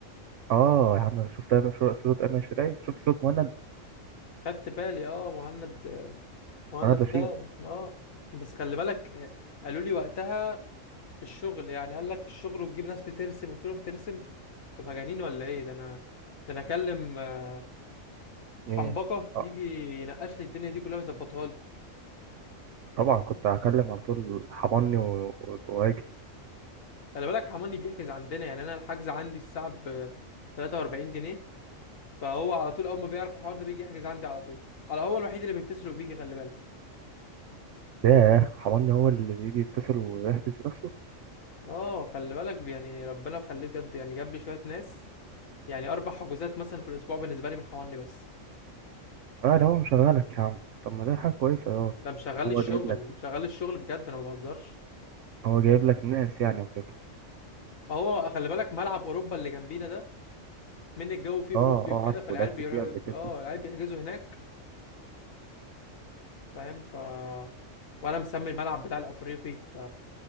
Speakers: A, on the right (about 70°); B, on the left (about 85°).
A: آه يا عم أنا شفت أيمن شو- صورة أيمن شراي شفت صورة مهند
B: خدت بالي اه مهند وانا
A: مهند
B: اتخان
A: لاشين
B: اه بس خلي بالك آه، قالوا لي وقتها في الشغل يعني قال لك الشغل وتجيب ناس بترسم قلت لهم ترسم طب هجانين ولا ايه ده انا ده انا اكلم آه، حنبقه
A: إيه آه
B: يجي ينقش لي الدنيا دي كلها ويظبطها لي
A: طبعا كنت هكلم على طول حضني و- و- وأجي
B: خلي بالك حماني بيحجز عندنا يعني انا الحجز عندي الساعه ب 43 جنيه فهو على طول اول ما بيعرف الحوار ده بيجي يحجز عندي على طول على هو الوحيد اللي بيتصل وبيجي خلي بالك
A: ياه حضني هو اللي بيجي يتصل ويحجز بنفسه
B: اه خلي بالك يعني ربنا يخليه بجد يعني جاب لي شويه ناس يعني اربع حجوزات مثلا في الاسبوع بالنسبه لي من حواني بس
A: اه ده هو مشغلك يا عم طب ما ده حاجة كويسة اه
B: ده مشغل
A: يعني هو
B: لي الشغل
A: جايب لك
B: مشغل لي الشغل بجد انا ما بهزرش
A: هو جايب لك ناس يعني وكده
B: اهو خلي بالك ملعب اوروبا اللي جنبينا ده من الجو فيه
A: اه
B: اوروبي
A: اه
B: وكده
A: عارفه
B: فالعيال
A: لعبت
B: بيروحوا
A: فيه قبل كده
B: اه العيال بيحجزوا هناك فاهم ف وانا مسمي الملعب بتاع الافريقي ف